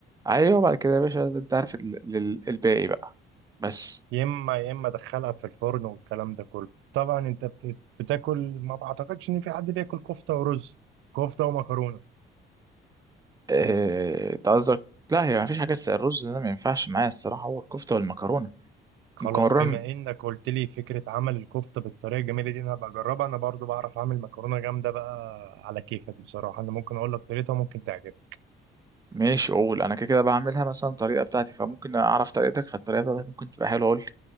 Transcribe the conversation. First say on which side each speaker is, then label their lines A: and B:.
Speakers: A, on the right; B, on the right.
A: ايوه بعد كده يا باشا انت عارف ال- ال- الباقي بقى بس
B: يا اما يا اما دخلها في الفرن والكلام ده كله طبعا انت بت- بتاكل ما بعتقدش ان في حد بياكل كفته ورز كفته ومكرونه
A: آه، انت قصدك لا هي مفيش حاجه اسمها الرز ده ما ينفعش معايا الصراحه هو الكفته والمكرونه
B: خلاص
A: والمكرونه
B: بما انك قلت لي فكره عمل الكفته بالطريقه الجميله دي انا هبقى اجربها انا برضو بعرف اعمل مكرونه جامده بقى على كيفك بصراحه انا ممكن اقول لك طريقتها ممكن تعجبك
A: ماشي اقول انا كده كده بعملها مثلا طريقه بتاعتي فممكن اعرف طريقتك فالطريقه بتاعتك ممكن تبقى حلوه قول لي